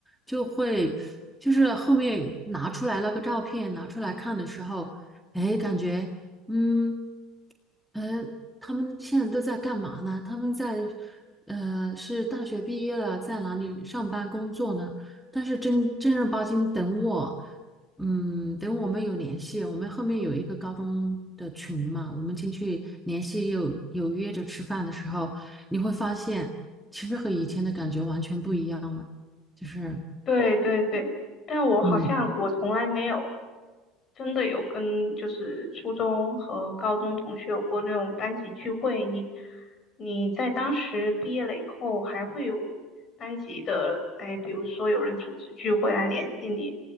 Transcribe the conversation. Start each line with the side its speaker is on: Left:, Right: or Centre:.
Centre: 就会就是后面拿出来那个照片拿出来看的时候，哎，感觉嗯。嗯，他们现在都在干嘛呢？他们在，呃，是大学毕业了，在哪里上班工作呢？但是正正儿八经等我，嗯，等我们有联系，我们后面有一个高中的群嘛，我们进去联系有有约着吃饭的时候，你会发现，其实和以前的感觉完全不一样了，就是，
Left: 对对对，但我好像我从来没有
Centre: 嗯
Left: 真的有跟就是初中和高中同学有过那种班级聚会。你你在当时毕业了以后，还会有班级的，哎，比如说有人组织聚会来联系你，